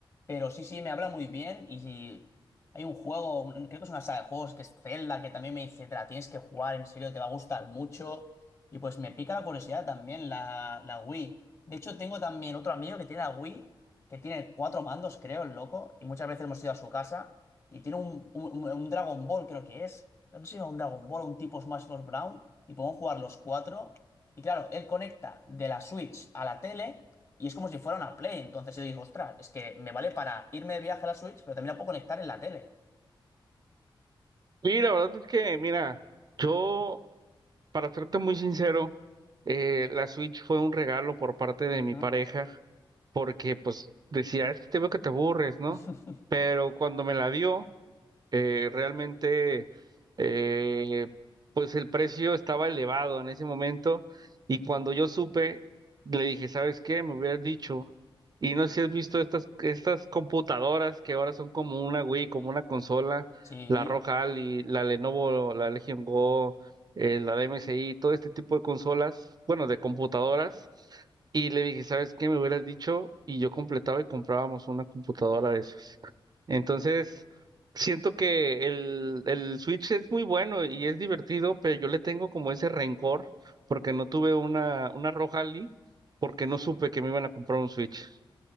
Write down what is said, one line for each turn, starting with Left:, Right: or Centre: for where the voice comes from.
Left: Pero sí, sí, me habla muy bien y si hay un juego, un- creo que es una saga de juegos, que es Zelda, que también me dice, te la tienes que jugar, en serio, te va a gustar mucho. Y pues me pica la curiosidad también, la, la Wii. De hecho, tengo también otro amigo que tiene la Wii, que tiene cuatro mandos, creo, el loco, y muchas veces hemos ido a su casa. Y tiene un, un- un Dragon Ball, creo que es. No sé si es un Dragon Ball o un tipo Smash Bros. Brown. Y podemos jugar los cuatro. Y claro, él conecta de la Switch a la tele. Y es como si fuera una Play. Entonces yo digo, ostras, es que me vale para irme de viaje a la Switch, pero también la puedo conectar en la tele.
Right: Y la verdad es que, mira, yo, para serte muy sincero, eh, la Switch fue un regalo por parte de
Left: Ujú.
Right: mi pareja, porque, pues, decía, es que te veo que te aburres, ¿no?
Left: <laughs>
Right: Pero cuando me la dio, Eh, realmente, eh, pues el precio estaba elevado en ese momento y cuando yo supe, le dije, ¿sabes qué? Me hubieras dicho. Y no sé si has visto estas, estas computadoras que ahora son como una Wii, como una consola,
Left: Sí,
Right: la Roja Ali, la Lenovo, la Legion Go, eh, la de MSI, todo este tipo de consolas, bueno, de computadoras. Y le dije, ¿sabes qué? Me hubieras dicho y yo completaba y comprábamos una computadora de esas. Entonces... Siento que el, el Switch es muy bueno y es divertido, pero yo le tengo como ese rencor porque no tuve una, una Rojali, porque no supe que me iban a comprar un Switch.